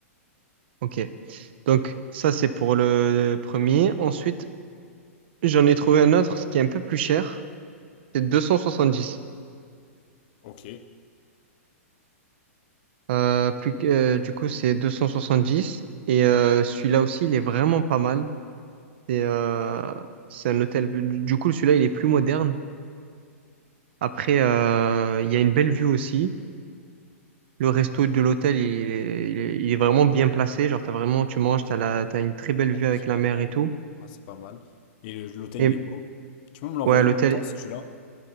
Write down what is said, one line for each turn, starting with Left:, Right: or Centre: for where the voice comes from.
Right: Ok. Donc ça c'est pour le premier. Ensuite, j'en ai trouvé un autre, ce qui est un peu plus cher. C'est 270.
Left: Ok.
Right: Euh, plus, que- euh, du coup c'est deux cent soixante-dix Et euh, celui-là aussi il est vraiment pas mal. C'est euh, c'est un hôtel. Du coup celui-là il est plus moderne. Après, euh, il y a une belle vue aussi. Le resto de l'hôtel, il est, il est- il est vraiment bien placé. Genre, t'as vraiment, tu manges, t'as la, t'as une très belle vue avec
Left: de
Right: la
Left: la
Right: mer
Left: mer.
Right: et tout.
Left: Ouais, c'est pas mal. Et le- l'hôtel,
Right: Et
Left: il est beau. Tu peux me l'envoyer
Right: ouais, l'hôtel,
Left: en même temps si tu l'as?